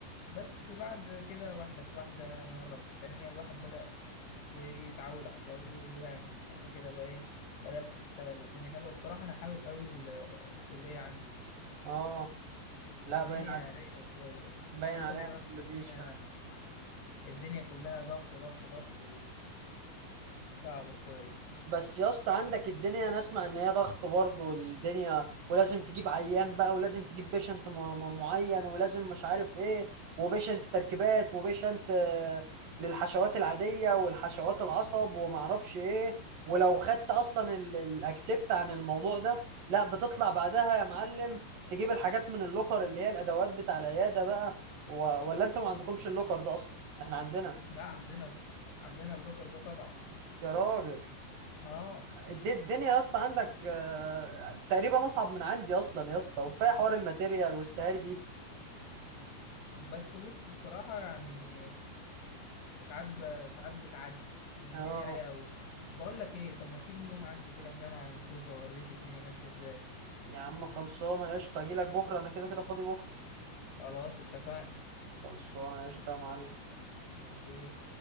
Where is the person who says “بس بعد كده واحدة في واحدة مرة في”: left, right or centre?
Left